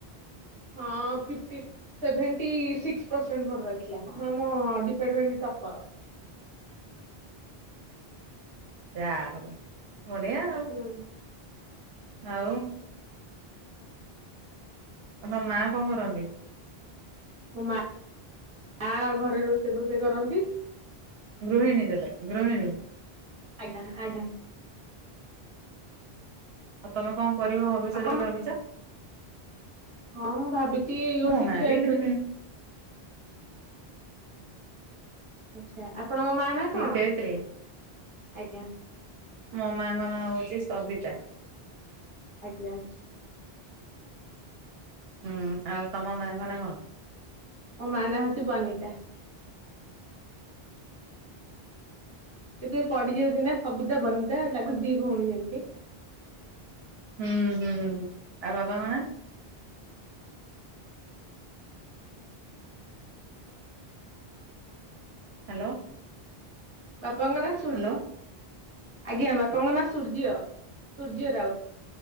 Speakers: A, on the right (about 30°); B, on the right (about 75°).
A: ହଁ ଫିପଟି। ସେଭେଣ୍ଟି ସିକ୍ସ ପରସେଣ୍ଟ ମୋର ରହିଥିଲା ମୁଁ ଆମ ଡିପାର୍ଟମେଣ୍ଟ ଟପର।
B: ଯା ହଉ ବଢିଆ ଆଉ।
A: ହୁଁ।
B: ଆଉ।
A: <inaudible>
B: ଆଉ ତମ ମା କଣ କରନ୍ତି?
A: ମୋ ମା ମା ଘରେ ରୋଷେଇ ଫୋଷେଇ କରନ୍ତି।
B: ଗୃହିିଣୀ ତାହେଲେ ଗୃହିିଣୀ।
A: ଆଜ୍ଞା ଆଜ୍ଞା।
B: ଆଉ ତମେ କଣ କରିବ ଭବିଷ୍ୟତରେ
A: ଆପଣ
B: ଭାବିଛ?
A: ହଁ ମୁଁ ଭାବିଛି ଗୋଟେ
B: ମୋ
A: ଶିକ୍ଷୟତ୍ରୀ
B: ମା ବି ଗୃହିଣୀ
A: ହେବ ଆଚ୍ଛା ଆପଣଙ୍କ ମା ନା
B: ଶିକ୍ଷୟିତ୍ରୀ
A: କଣ ଆଜ୍ଞା।
B: ମୋ ମାଙ୍କ ନା ହଉଛି ସବିତା।
A: ଆଜ୍ଞା।
B: ହୁଁ ଆଉ ତମ ମାଙ୍କ ନା କଣ?
A: ମୋ ମା ନାଁ ହଉଛି ବନିତା। ଏବେ ପଢି ଯାଉଛି ନା ସବିତା ବନିତା ଲାଗୁ ଚି ଦି ଭଉଣୀ ଯେମିତି।
B: ହୁଁ ହୁଁ ଆଉ ବାବାଙ୍କ ନାଁ? ହ୍ୟାଲୋ।
A: ବାପାଙ୍କ ନା ଶୁ
B: ହ୍ୟାଲୋ।
A: ଆଜ୍ଞା ବାପାଙ୍କ ନାଁ ସୂର୍ଯ୍ୟ ସୂର୍ଯ୍ୟ ରାଉତ।